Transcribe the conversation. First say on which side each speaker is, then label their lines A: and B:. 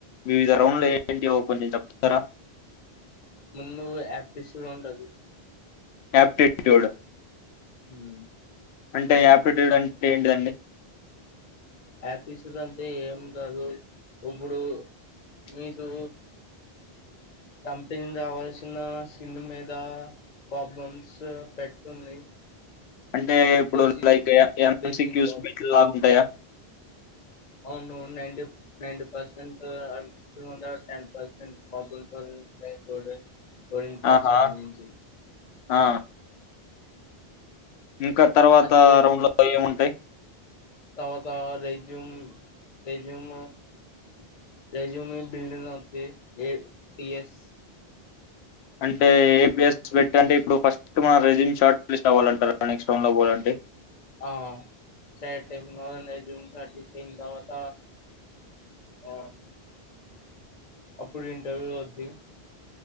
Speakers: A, on the left; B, on the left.
A: వి విధ రౌండ్లు ఏంటి కొంచెం చెప్తారా
B: ముందు అప్లిటుడే ఉంటది
A: అప్లిటుడే
B: ఉమ్
A: అంటే అప్లిటుడే అంట ఏంటిదండి
B: అప్లిటుడే అంటే ఏం కాదు ఇప్పుడు మీకు కంపెనీ రావాల్సిన సిల్ మీద ప్రాబ్లమ్స్ పెడుతుంది
A: అంటే ఇప్పుడు
B: బేసిక్
A: లైక్ ఎంఎంస
B: బేసిక్
A: క్యూస్
B: ప్రాబ్లమ్
A: బెల్ట్ లాగుంటాయా
B: అవును నైంట నైన్ంట పర్సెంట్ అట్లనే ten percent problem solving main parts
A: ఆహా
B: సంబంధించి
A: ఆ. ఇంకా తర్వాత
B: అది
A: రౌండ్ లో ఏముంటాయి
B: తర్వాత రెజ్యూమ్ రెజ్యూమ్ రెస్యూమ్ ఏ బిల్ ఉంది యిఎస్
A: అంటే ఏ పఎస్ పెట్టి అంటే ఇప్పుడు ఫస్ట్ మన రెజ్యూమ్ షార్ట్ లిస్ట్ అవ్వాలం నెక్స్ట్ రౌండ్ లో పో అండి
B: ఆ సరెటెం మొదటి జూమ్ సందవత ఉ అప్పుడు ఇంటర్వ్యూ వద్ది